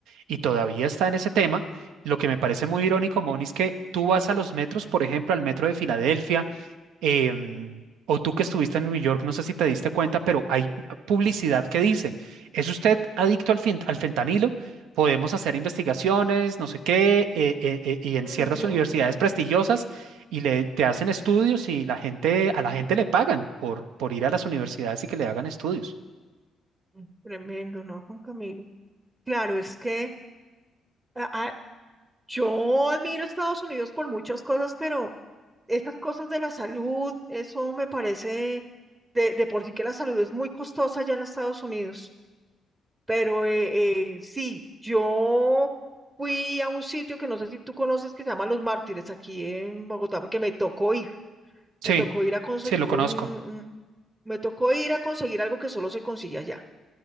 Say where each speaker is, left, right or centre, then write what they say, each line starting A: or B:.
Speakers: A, on the right; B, on the right.
A: y todavía está en ese tema. Lo que me parece muy irónico, Moni, es que tú vas a los metros, por ejemplo, al metro de Filadelfia, em, o tú que estuviste en New York, no sé si te diste cuenta, pero hay publicidad que dice, ¿es usted adicto al, fen- al fentanilo? Podemos hacer investigaciones, no sé qué, eh, eh, eh, y en
B: Mm,
A: ciertas
B: Dios
A: universidades
B: mío,
A: prestigiosas y le, te hacen estudios y la gente, a la gente le pagan por, por ir a las universidades y que le hagan estudios.
B: mm, tremendo, ¿no, Juan Camilo? Claro, es que ah, ah, yo admiro a Estados Unidos por muchas cosas, pero... Estas cosas de la salud, eso me parece, de, de por sí que la salud es muy costosa allá en Estados Unidos, pero eh, eh, sí, yo fui a un sitio que no sé si tú conoces que se llama Los Mártires aquí en Bogotá, porque me tocó ir,
A: Sí,
B: me tocó ir a conseguir
A: sí, lo conozco.
B: un, un- me tocó ir a conseguir algo que solo se consigue allá.